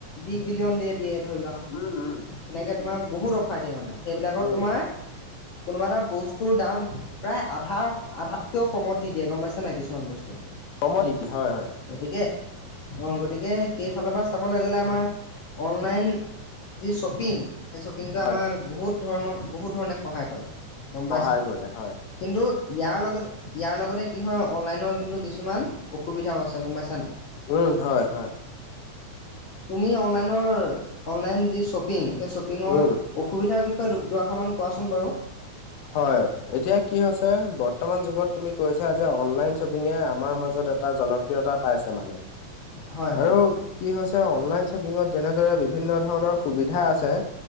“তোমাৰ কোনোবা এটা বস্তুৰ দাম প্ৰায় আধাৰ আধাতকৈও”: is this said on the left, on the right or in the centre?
Left